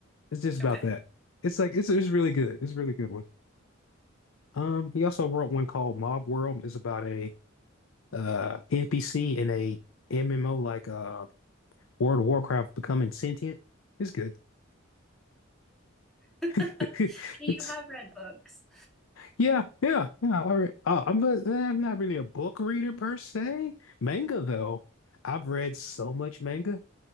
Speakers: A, on the left; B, in the centre.
A: It's just about
B: Okay.
A: that. It's like it's it's really good. It's a really good one. Um, he also wrote one called Mob World. It's about a uh NPC in a MMO like uh World of Warcraft becoming sentient. It's good.
B: <laughs>
A: <laughs>
B: You
A: It's
B: have read books.
A: yeah, yeah, yeah. All right. Uh, I'm not, eh, I'm not really a book reader per se. Manga though, I've read so much manga.